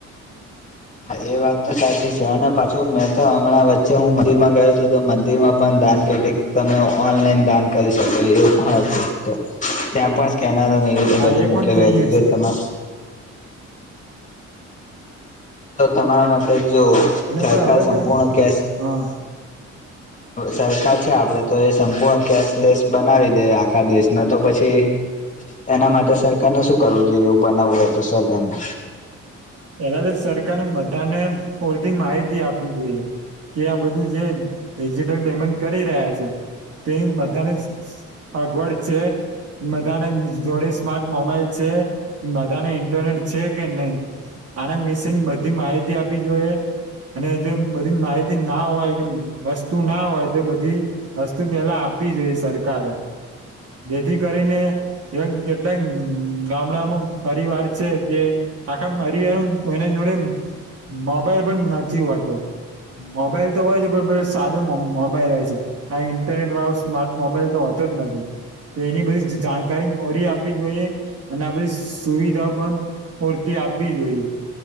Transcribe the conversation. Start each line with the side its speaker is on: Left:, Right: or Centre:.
Left: ા એ વાત તો સાચી છે અને પાછું મેં તો હમણાં વચ્ચે હું મંદિર માં ગયો હતોું તો મંદિર માં પણ દાન તમે ઓનલાઈન દાન કરી શકો એવું પણ હતું ત્યાં કેનારન એવી રીતે
Right: હા
Left: બધું
Right: એ
Left: મૂકેલું
Right: પણ થઈ
Left: હતું
Right: ગયું
Left: જો
Right: છે
Left: તમે તો તમારા માટેતે જો
Right: અને
Left: સરકાર
Right: પણ હવે
Left: સંપૂર્ણ
Right: તો
Left: કે
Right: હા
Left: સરકાર છે આપડે તો એ સંપૂર્ણ કેશલેસ બનાવી દે આખા દેશને તો પછી એના માટે સરકારને શું કરવું જોઈએ એવું બનાવવું હોય તો સરકારને
Right: પેલા તો સરકાર બધાને પૂરતી માહિતી આપવી જોઈએ કે આ બધું જે ડિજિટલ પેમેન્ટ કરી રહ્યા છે તે બધાને અગવાડ છે બધાને જોડે સ્માર્ટ મોબાઈલ છે એ બધાને ઇન્ટરનેટ છે કે નહી આના વિશે ની બધી માહિતી આપી જોઈએ અને જે બધી માહિતી ના હોય કે વસ્તુ ના હોય તો બધી વસ્તુ પેલા આપી જો સરકાર જેથી કરીને એ કેટલાક ગામડામાં પરિવાર છે કે આખા અરીવા એના જોડે મોબાઈલ પણ નથી હોતો મોબાઈલ તો હોય છે પણ બ સાદો મોબાઈલ હો છે ઇન્ટરનેટ વાળો સ્માર્ટ મોબાઈલ તો હો જ નથી તો એની બધી જાણકારી મોરી આપવી જોઈએ અને આધી સુવિધા પણ પૂરતી આપ બી જોઈએ